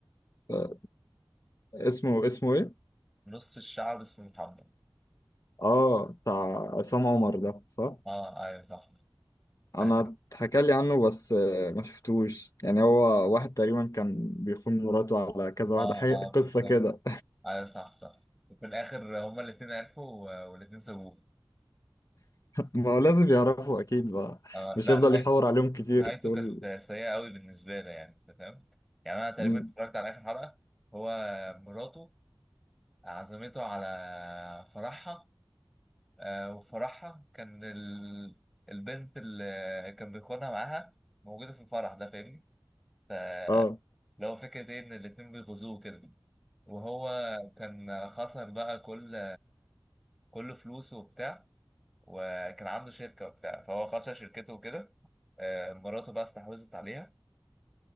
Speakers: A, on the left; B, in the centre.
A: آه، اسمه اسمه إيه؟
B: نص الشعب اسمه محمد
A: آه بتاع عصام عمر ده صح؟
B: اه ايوه صح
A: أنا
B: اه
A: اتحكى لي عنه بس آه، ما شفتوش يعني هو واحد تقريبا كان بيخون مراته على كذا واحدة
B: اه
A: حاجة
B: آه، بالظبط
A: قصة كده
B: ايوه صح صح وفي الاخر هما الاثنين عرفوا و- والاثنين سابوه
A: ما هو لازم يعرفوا اكيد بقى
B: آه
A: مش
B: لا
A: هيفضل
B: نهاية-
A: يحور عليهم كتير
B: نهايته
A: تقول
B: كانت سيئة قوي بالنسبة لي يعني انت فاهم يعني انا تقريبا
A: مم.
B: اتفرجت على اخر حلقة هو مراته عزمته على فرحها آه، وفرحها كان ال... البنت اللي كان بيخونها معاها موجودة في الفرح ده فاهمني فاللي
A: اه
B: هو فكرة ايه ان الاتنين بيغزوه كده وهو كان خسر بقى كل كل فلوسه وبتاع وكان عنده شركة وبتاع فهو خسر شركته وكده آه، مراته بقى استحوذت عليها